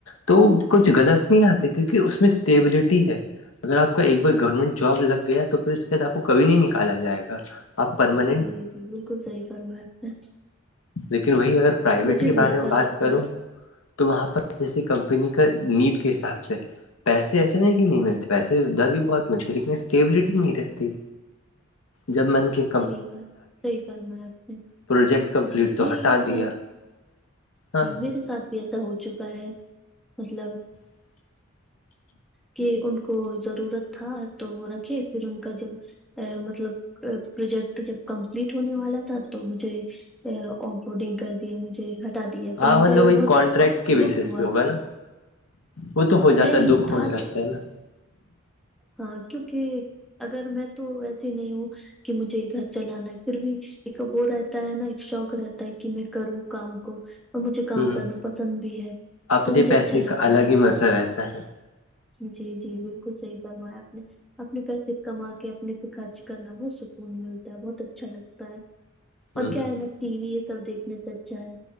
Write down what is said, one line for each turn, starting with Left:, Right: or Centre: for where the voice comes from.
Left: تو کچھ غلط نہیں آتے کیونکہ اس میں اسٹیبلٹی ہے اگر آپ کا ایک بار گورنمنٹ جاب لگ گیا تو پھر اس کے بعد آپ کو کبھی نہیں نکالا جائے گا آپ پر <unintelligible>
Centre: جی جی بالکل صحیح فرما آپ نے
Left: لیکن وہی اگر پرائیویٹ
Centre: مجھے
Left: کے
Centre: بھی
Left: بارے
Centre: ایسا
Left: میں بات
Centre: لگتا
Left: کرو
Centre: ہے
Left: تو وہاں پر جیسے کمپنی <unintelligible> کا نیب کے حساب سے پیسے ایسے نہیں کہ نہیں ملتے پیسے ادھر بھی بہت ملتی لیکن اسٹیبلٹی نہیں رہتی جب من کے
Centre: صحیح بات صحی فرما آپ نے
Left: پروجیکٹ کمپلیٹ
Centre: جی
Left: تو
Centre: یہی
Left: ہٹا
Centre: وجہ
Left: دیا ہاں
Centre: جی مے ساتھ بھی ایسا ہو چکا ہے مطلب
Left: <inaudible>
Centre: کہ ان کو ضرورت تھا تو وہ رکھے پھر ان کا جب ا مطلب ا پروجیکٹ جب کمپلیٹ ہونے والا تھا تو مجھے آف بورڈنگ کر دیا مجھے ہٹا دیا
Left: ہاں
Centre: تو مجھے
Left: مطلب وہی
Centre: بہت
Left: کانٹریکٹ کے بیسس
Centre: دکھ ہوا
Left: پہ ہوگا نا وہ تو ہو
Centre: نہیں
Left: جاتا ہے دکھ
Centre: تھا
Left: ہونے لگتا
Centre: تو
Left: ہے نا
Centre: ہاں کیونکہ اگر میں تو ویسیے نہیں ہوں کہ مجھے گھر چلانا ہے پھر بھی ایک وہ رہتا ہے نا ایک شوق رہتا ہے کہ میں کروں کام کو اور مجھے کام
Left: ہ
Centre: کرنا پسند بھی ہے
Left: اپنے
Centre: تو مجھے
Left: پیسے
Centre: اچھا لگتا
Left: کا الگ
Centre: ہے
Left: ہی مزہ رہتا ہے
Centre: جی جی بالکل صحی فرمایا آپ نے اپنے پیسے کما کے اپنے پہ خرچ کرنا بہت سکون ملتا ہے بہت اچھا لگتا ہے اور
Left: ہ
Centre: کیا ہے نا ٹی وی یہ سب دیکھنے سے اچھا ہے